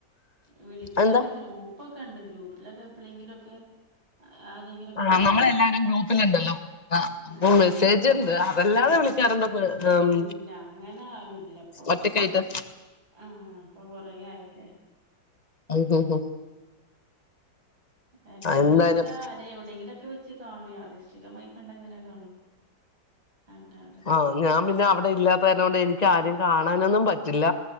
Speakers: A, on the right; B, on the left.
A: വിളിക്കാൻ
B: എന്താ
A: ഗ്രൂപ്പ് പ്പൊക്കെ ഉണ്ട് ഗ്രൂപ്പിലെക്ക എഴെങ്കിലൊക്കെ ആരെങ്കിലെക്കെ
B: ആഹ് നമ്മളെല്ലാരും ഗ്രൂപ്പിലുണ്ടല്ലോ ആ
A: ആഹ്
B: മെസ്സേജ്
A: ആഹ്
B: ഉണ്ട് അതല്ലാതെ വിള വിളിക്കാറുണ്ട് അപ്പള്
A: ഉം
B: ആഹ്
A: ഇല്ല അങ്ങനെ ആരുല്ലപ്പൊ
B: ഒറ്റക്കായിട്ട്
A: ആഹ് അപ്പൊ കൊറെ ആയില്ലേ
B: ഉം ഉം ഉം
A: ഉംചെിലപ്പോക്കെ
B: എന്തായാലും
A: ആരെ എവിടെയെങ്കിലും വെച്ച് കാണും യാദൃശ്ചികമായി കണ്ട അങ്ങനെ കാണും എന്താ
B: ആഹ് ഞാൻ പിന്നെ അവടെ ഇല്ലാത്ത കാരണം കൊണ്ട് എനിക്ക് ആരും കാണാനൊന്നും പറ്റില്ല